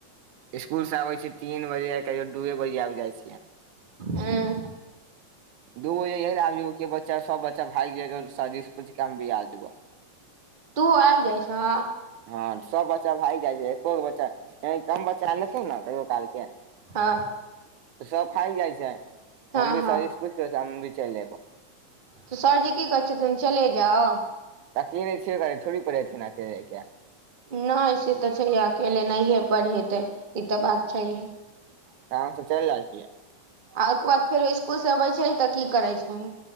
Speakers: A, on the right (about 80°); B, on the right (about 55°).
A: स्कुलसँ आबै छियै तीन बजे, कहिओ द दुए बजे आबि जाइ छियै।
B: अम्म
A: दू बजे यह लै, आब जेबौ कि बच्चा सब बच्चा भागि जेयतौ, सरजी से पुछि के हम भी आ जेबो।
B: तू आबि जाइ छ।
A: हँ सब बच्चा भागि जाइ छै, एको गो बच्चा य कम बच्चा ऐतौ ने कहियो काल के
B: हँ।
A: त सब भाइग जाइ छै
B: हँ
A: हम भी
B: हँ
A: सरजी से पुछि के हम भी चलि अएयब।
B: त सरजी की कहै छथुन चले जाउ?
A: अकले छेबै थोड़ी परहेथिन अकेले‌ के।
B: नहि से तऽ छैहे अकेले नहिये पढ़ि हेतै ई तऽ बात छैहे।
A: तऽ हमसब चलि रहल छियै।
B: आ ओहिके बाद फेरो इसकुल से अबै छै तऽ की करे छै?